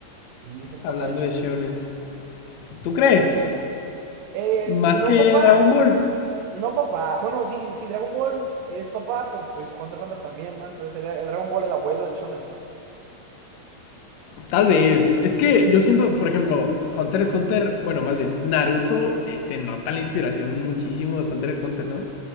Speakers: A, on the right; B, on the left.
A: sí, es el
B: hablando
A: papá del shonen.
B: de shonens. ¿Tú crees?
A: Sí, eh,
B: Más
A: no
B: que
A: papá,
B: Dragon Ball.
A: no papá, bueno, sí, sí, Dragon Ball es papá, pero pues Hunter x Hunter también, ¿no? Entonces sería Dragon Ball el abuelo del shonen, ¿no?
B: Tal vez. Es que yo siento, por ejemplo, Hunter x Hunter, bueno, más bien, Naruto, eh, se nota la inspiración muchísimo de Hunter x Hunter, ¿no?